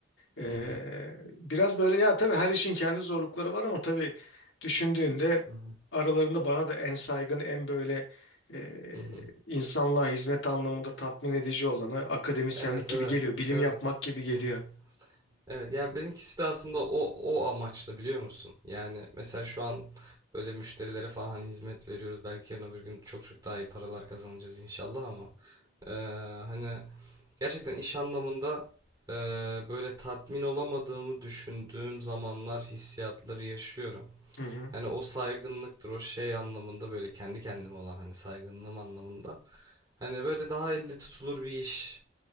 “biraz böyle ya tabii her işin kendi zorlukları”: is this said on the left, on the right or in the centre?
Left